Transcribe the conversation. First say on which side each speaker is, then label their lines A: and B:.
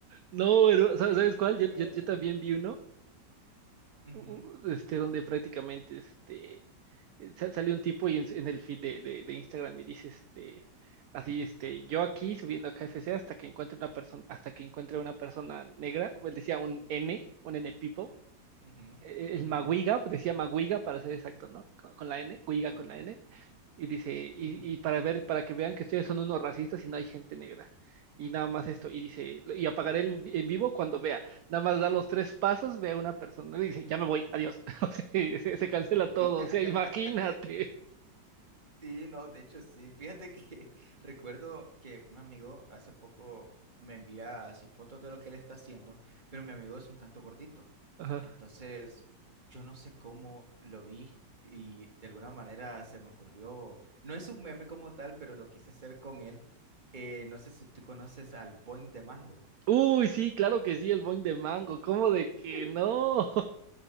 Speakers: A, on the right; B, on the right.
A: No, hermano, ¿sabes
B: <laughs> Muy
A: cuál?
B: bueno.
A: Yo, yo, yo también vi uno.
B: Ujú,
A: u- este, donde prácticamente este, eh, sa- salió un tipo y en, en el feed de, de- de Instagram y dice este, así, este, yo aquí subiendo a KFC hasta que encuentre una persona, hasta que encuentre una persona negra, él decía un N, un N people,
B: ujú,
A: eh,
B: ujú,
A: el Maguiga,
B: ujú.
A: pues decía Maguiga para ser exacto, ¿no? Con, con la N, Guiga
B: Ok.
A: con la N. Y dice, y,
B: ujú.
A: y para ver, para que vean que ustedes son unos racistas y no hay gente negra. Y nada más esto. Y dice, y apagaré el vi- en vivo cuando vea. Nada más da los tres pasos, ve a una persona y dice, ya me voy, adiós. <laughs> O sea, se, se cancela
B: <laughs>
A: todo. O sea, imagínate.
B: Sí, no, de hecho sí. Fíjate que <laughs> recuerdo que un amigo hace poco me envía así fotos de lo que él está haciendo, pero mi amigo es un tanto gordito.
A: Ajá.
B: Entonces, yo no sé cómo lo vi y de alguna manera se me ocurrió, no es un meme como tal, pero lo quise hacer con él. Eh, no sé si tú conoces al Boing de Mango.
A: Uy, sí, claro que sí, el boing de mango. ¿Cómo de que
B: <laughs>
A: no?